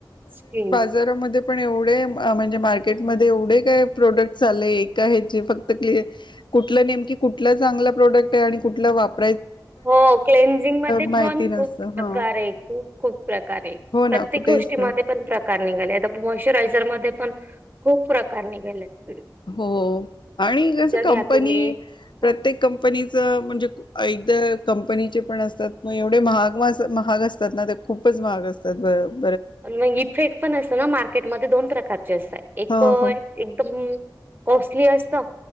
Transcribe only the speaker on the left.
घरामधे पणं एवढ म्हणजे मार्केट म एवढे काय प्रोडक्ट्स आले एका हे जे फक्त तेचं कुठल नेमकी कुठल चांगल प्रोडक्ट हाय आणि कुठल वाप
माहिती
नसतं
हा
हो ना
तेच
ना
हो आणि असं कंपनी
प्रत्येक
कंपनीच म्हणजे एकदा कंपनीचे पण असतात, मग एवढे महाग महाग असतात ना, ते खूपच महाग असतात बरं.
हो हो